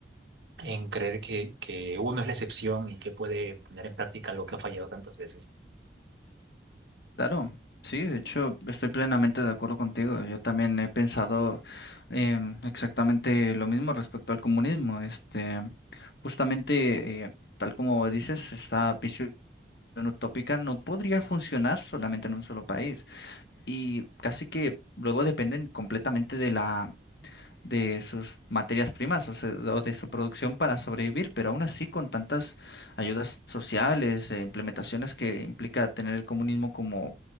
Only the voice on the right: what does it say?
en creer que, que uno es la excepción y que puede poner en práctica algo que ha fallado tantas veces?